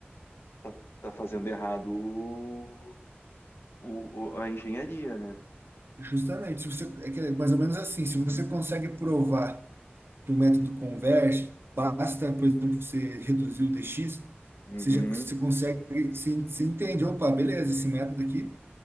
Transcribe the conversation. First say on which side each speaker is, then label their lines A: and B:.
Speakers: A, on the left (about 80°); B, on the right (about 70°).
A: tá, tá fazendo errado o, o- o- a engenharia, né?
B: Justamente, se você, é que é mais ou menos assim, se você consegue provar de um método converge basta, por exemplo, você reduzir o dx,
A: Uhum,
B: você já você consegue, você, você entende, opa, beleza, esse método aqui,